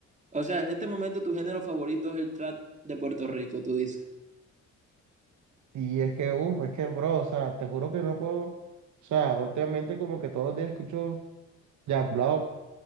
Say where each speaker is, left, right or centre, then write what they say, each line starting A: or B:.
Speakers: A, on the right; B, on the right.
A: o sea, en este momento tu género favorito es el trap de Puerto Rico, tú dices.
B: Y es que, uf, es que, bro, o sea, te juro que no puedo. O sea, últimamente como que todos los días escucho Jan Block.